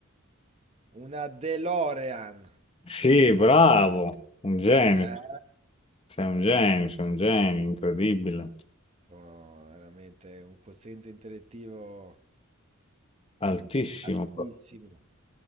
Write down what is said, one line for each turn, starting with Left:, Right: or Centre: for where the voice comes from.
Right: Una DeLorean.
Left: Sì, bravo, un genio.
Right: Eh,
Left: Sei un genio, sei un genio, incredibile,
Right: sono veramente un quoziente intellettivo
Left: altissimo.
Right: altissimo.